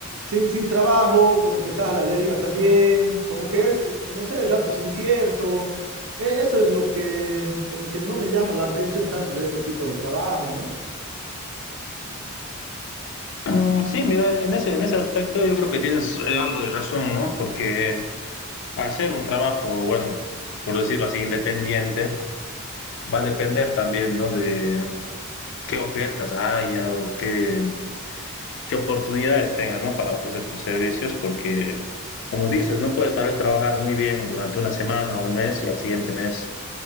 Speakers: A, on the right; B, on the left.
A: sin, sin trabajo, como que estás a la deriva también, como que es, no sé, ratos incierto. E- Eso es lo que como que no me llama la atención tanto de este tipo de trabajo, ¿no?
B: Mm, sí, mira, en ese, en ese aspecto yo creo que tienes algo de razón, ¿no? Porque al ser un trabajo, bueno, por decirlo así, independiente, va a depender también, ¿no? De qué ofertas haya o qué, qué oportunidades tengas, ¿no? Para ofrecer tus servicios, porque, como dices, no puedes tal vez trabajar muy bien durante una semana o un mes y al siguiente mes